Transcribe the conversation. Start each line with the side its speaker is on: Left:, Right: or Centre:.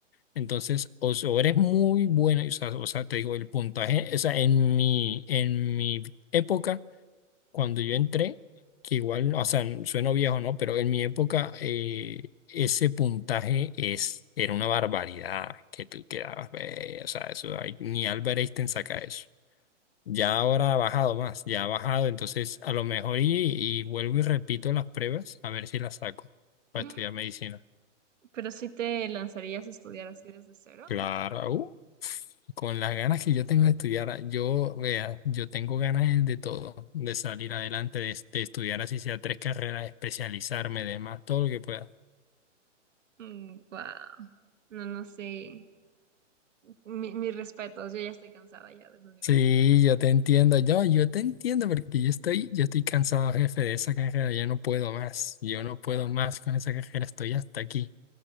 Left: Entonces, o, o eres muy buena, o sea, o sea, te digo, el puntaje, o sea, en mi, en mi época, cuando yo entré, que igual, o sea, sueno viejo, ¿no? Pero en mi época, eh, ese puntaje es, era una barbaridad que tú quedabas, ve, o sea, eso, hay- ni Albert Einstein saca eso. Ya ahora ha bajado más, ya ha bajado, entonces a lo mejor y, y vuelvo y repito las pruebas, a ver si las saco para
Right: <laughs>
Left: estudiar medicina.
Right: Pero sí te lanzarías a estudiar así desde cero.
Left: Claro, uh, con las ganas que yo tengo de estudiar, yo, vea, yo tengo ganas de todo, de salir adelante, de, de estudiar así sea tres carreras, especializarme, demás, todo lo que pueda.
Right: Mm, wow. No, no sé. Mi- mis respetos, yo ya estoy cansada ya de la universidad.
Left: Sí, yo te entiendo, yo, yo te entiendo porque yo estoy, yo estoy cansado, jefe, de esa carrera, yo no puedo más, yo no puedo más con esa carrera, estoy hasta aquí,